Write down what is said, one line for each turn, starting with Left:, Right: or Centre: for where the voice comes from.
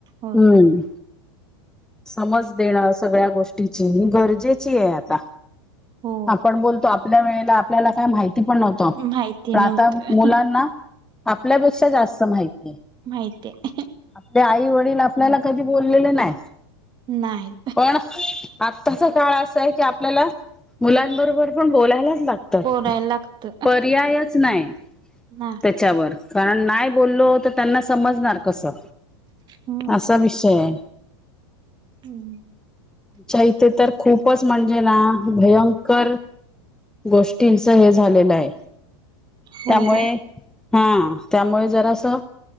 Right: होय
Centre: हम्. समज देणं सगळ्या गोष्टीची गरजेची ये आता.
Right: हो
Centre: आपण बोलतो आपल्या वेळेला आपल्याला काय माहिती पण नव्हतं. हा,
Right: माहिती
Centre: पण आता
Right: नव्हतं
Centre: मुलांना आपल्यापेक्षा जास्त माहिती ये.
Right: माहितीये.
Centre: आपले आई- वडील आपल्याला कधी बोललेले नाही.
Right: नाही.
Centre: पण आत्ताचा काळ असा आहे की आपल्याला मुलांबरोबर आपण बोलायलाचं लागतं,
Right: बोलायला लागत
Centre: पर्यायच नाही
Right: नाही
Centre: त्याच्यावर. कारण नाही बोललो तर त्यांना समजणार कसं,
Right: हम्म
Centre: असा विषय ये.
Right: हम्,
Centre: आमच्या इथे तर खूपच म्हणजे ना भयंकर गोष्टींच हे सगळं झालेलं आहे.
Right: हो
Centre: त्यामुळे
Right: हो
Centre: हा त्यामुळे जरा असं